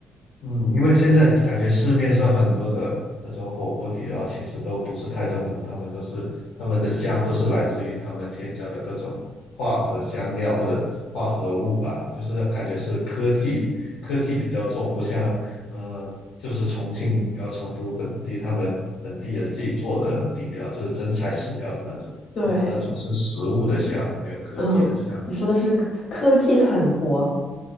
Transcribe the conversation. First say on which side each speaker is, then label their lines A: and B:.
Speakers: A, on the left (about 80°); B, on the left (about 65°).
A: 嗯，因为现在感觉市面上很多的那种火锅底料其实都不是太正宗，他们都是他们的香都是来自于他们添加的各种化合香料或者化合物吧，就是感觉是科技科技比较重，不像呃就是重庆然后成都本地他们本地人自己做的底料，就是真材实料的那种，
B: 对，
A: 但那种是食物的香，没有科技的香。
B: 嗯，你说的是科科技狠活。